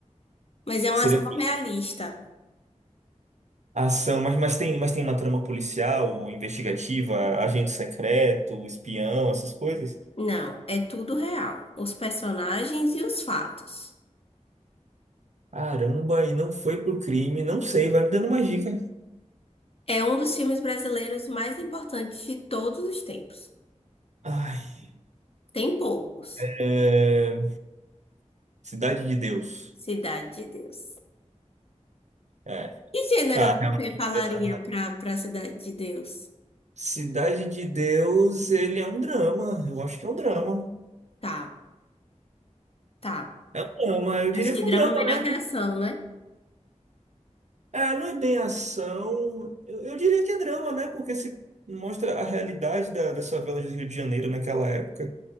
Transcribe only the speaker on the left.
Mas é uma
ação realista.
Não, é tudo real. Os personagens e os fatos.
É um dos filmes brasileiros mais importantes de todos os tempos.
Tem poucos.
Cidade de Deus.
Que gênero
você
falaria
pra, pra Cidade de Deus?
Tá, tá.
Acho
que drama
é melhor
que ação, né?